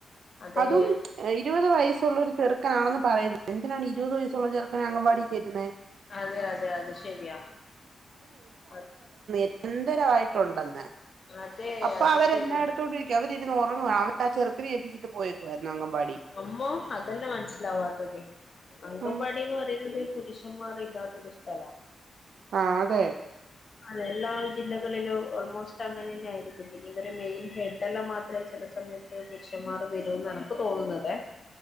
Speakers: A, on the left; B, on the right.
A: അതെ
B: അതും ഇരുപത് വയസ്സുള്ള ഒരു ചെറു ചെക്കനാണെന്ന് പറയുന്നു എന്തിനാണ് ഇരുപത് വയസുള്ള ചെറുക്കനെ അംഗൻവാടി കേറ്റുന്നേ
A: അതെ അതെ അത് ശരിയാ അത്
B: നിരന്തരായിട്ടുണ്ടെന്ന്
A: അതെ
B: അപ്പൊ
A: അത്
B: അവര്
A: ശരിയാ
B: എന്നാ എടുത്തോണ്ടിരിക്ക അവര് ഒറങ്ങുവാ അവ ആ ചെറുക്കനെ ഏപ്പിച്ചിട്ട് പോയേക്കുവായിരുന്നു അംഗൻവാടി
A: നമ്മോ അതെല്ലാ മനസ്സിലാവാത്തത് അങ്കമ്പാടിന്ന്
B: ഉം
A: പറയുന്നത് പുരുഷ ഷാന്മാറി ഇല്ലാത്തൊരു സ്ഥലാ
B: ആഹ് അതെ
A: അതെ എല്ലാ ജില്ലകളിലും ഓൾമോസ്റ്റ് അങ്ങനെ തന്നെ ആരിക്കും പിന്നെ ഇവര് മെയിൻ ഹെഡ്ല്ലാം മാത്രേ ചില സമയത്ത് പുരുഷന്മാർ വരൂന്ന്നക്ക് തോന്നുന്നതേ